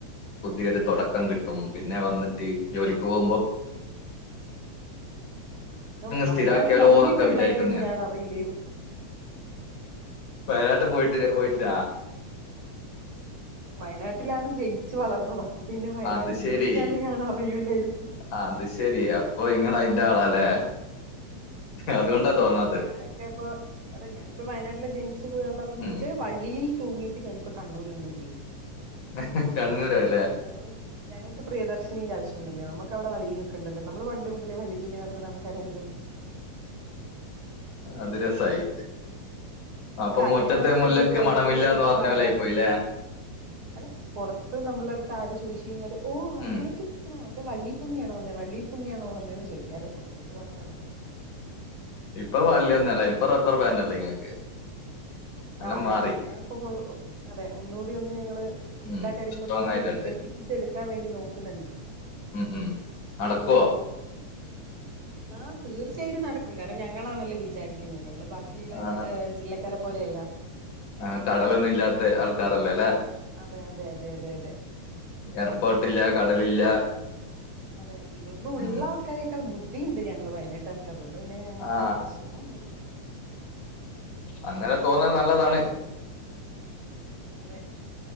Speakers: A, on the left (about 80°); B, on the right (about 40°).
A: പുതിയൊരു തൊട ക്കം കിട്ടും
B: ഉം
A: പിന്നെ വന്നിട്ട് ജോലിക്ക് പോവുമ്പോ
B: ഒ വയനാട്ടില്
A: സ്ഥിരാക്കിയാലോ
B: അങ്ങനെയൊക്കെ
A: എന്നൊക്കെ
B: ഉണ്ടായിരുന്നുന്ന്
A: വിചാരിക്കുന്നു ഞാൻ
B: ഞാനാറിയില്ലേന്നു
A: വയനാട്ട് പോയിട്ടില്ല പോയിട്ടില്ലാ
B: വയനാട്ടിലാണ് ജനിച്ചു വളർന്നത് അപ്പൊ പിന്നെ വയനാട്
A: അത്
B: ഇങ്ങനെയൊക്കെയാന്ന്
A: ശരി
B: ഞാൻ അറിയുലാരുന്നു
A: അത് ശെരി അപ്പൊ ഇങ്ങള് അയിന്റെ ആളാല്ലേ അതുകൊണ്ടാ
B: അതെ
A: തോന്നാത്തത്
B: ഞാനൊക്കെ ഇപ്പൊ അതെ ഞാനിപ്പോ വയനാട്ടില് ജനിച്ചു വളർന്നിട്ട്
A: ഉം
B: വളളിയിൽ തൂങ്ങിട്ട് ഞാനിപ്പോ കണ്ണൂര് വന്ന് ജീവിക്കും
A: ഹ ഹ കണ്ണൂർ ആരു
B: ഞങ്ങളും ഞങ്ങൾക്ക് പ്രിയദർശിനിയുടെ ആവശ്യാന്നുല്ല നമ്മുക്കവിടെ വളളിയൊക്കെ ഉണ്ടല്ലോ നമ്മള് വണ്ട മുതലേ വള്ളി തൂങ്ങി നടക്കുന്ന ആൾക്കാരായത
A: അത് രസായി അപ്പൊ
B: അല്ല അങ്ങനെയാണ്
A: മുറ്റത്തെ മുല്ലക്ക്
B: പൊതുവെ വയനാട്ടുകാരെ
A: മണമില്ല
B: കുറിച്ച്
A: എന്ന് പറഞ്ഞ
B: പറയാറ്
A: പോലെ ആയിപ്പോയില്ലേ
B: അല്ല പൊർത്ത് നമ്മളെടുത്ത് ആര് ചോദിച്ചയ്ഞ്ഞാലും ഓ വയനാട്ടിൽ
A: ഉം
B: ണോ ഇപ്പൊ വള്ളി തൂങ്ങിയാണോ വന്നേ വള്ളി തൂങ്ങിയാണോ വന്നേന്ന് ചോദിക്കും അത് എന്താണ് അതുകൊണ്ട് പറഞ്ഞതാ
A: ഇപ്പൊ വള്ളിയൊന്നും അല്ല ഇപ്പൊ റബ്ബർ ബാൻഡ് അല്ലേ ഇങ്ങക്ക് എല്ലാം
B: ആ അതെ
A: മാറി
B: ഞങ്ങളിപ്പോ കൊ അതെ ഒന്നുകൂടി ഒന്ന് ഞങ്ങള്
A: ഉം
B: എല്ലാ കാര്യങ്ങളും
A: സ്ട്രോങ്
B: ഒന്നും ഇങ്ങനെ
A: ആയിട്ടുണ്ട്
B: വികസി പ്പിച്ചെടുക്കാൻ വേണ്ടി നോക്കുന്നുണ്ട്
A: ഉം ഉം നടക്കുവോ
B: ആ തീർച്ചയായിട്ടും നടക്കും കാരണം ഞങ്ങളാണല്ലോ വിചാരിക്കുന്നത് ഞങ്ങള് ബാക്കിയുള്ള
A: ആ
B: ജില്ലക്കാരെ പോലെയല്ല
A: ആ കടലൊന്നും ഇല്ലാത്ത ആൾക്കാരല്ലേ അല്ലെ
B: അതെ അതെ അതെ അതെ അതെ
A: എയർപോർട്ടില്ല കടലില്ല
B: അതെ ഇതൊന്നും ഉള്ള
A: ഉം
B: ആൾക്കാരെക്കാൾ ബുദ്ധിയുണ്ട് ഞങ്ങള് വയനാട്ടുകാർ ക്ക് അതുകൊണ്ട് പിന്നെ ഞങ്ങൾക്ക്
A: ആ
B: വേഷമൊന്നുല്ലാ
A: അങ്ങനെ തോന്നാൽ നല്ലതാണ് അല്ല
B: അതെ